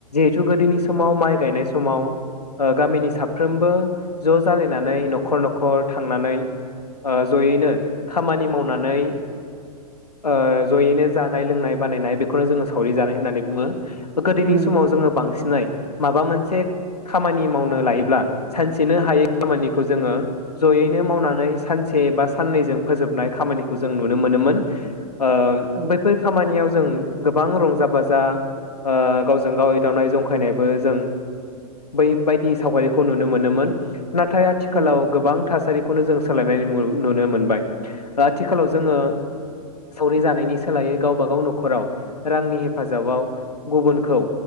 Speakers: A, on the left; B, on the right.
A: गोदोनि समाव
B: औ
A: माइ गायनाय समाव गामिनि सा साफ्रोमबो ज' जालायनानै न'खर न'खर थांनानै ओ जयैनो खामानि मावनानै ओ जयैनो जानाय लोंनाय बानायनाय बेखौनो जोङो सावरि जानाय होननानै बुङो गोदोनि
B: नंगौ
A: समाव जोङो बांसिनै माबा मोनसे खामानि मावनो लायोब्ला सानसेनो हायै खामानिखौ जोङो जयैनो मावनानै सानसे बा साननैजों फोजोबनाय खामानिखौ जों नुनो मोनोमोन ओ
B: औ
A: बैफोर खामानियाव जों गोबां रंजा बाजा ओ गावजों गाव एदावनाय जंखायनायबो जों बैबादि सावगारि खौ नुनो मोनोमोन नाथाय आथिखालाव
B: नंगौ
A: गोबां थासारि खौनो जों सोलायनाय नुनो मोनबाय आथिखालाव जोङो सावरि जानायनि सोलायै गावबा गाव न'खराव रांनि हेफाजाबाव गुबुनखौ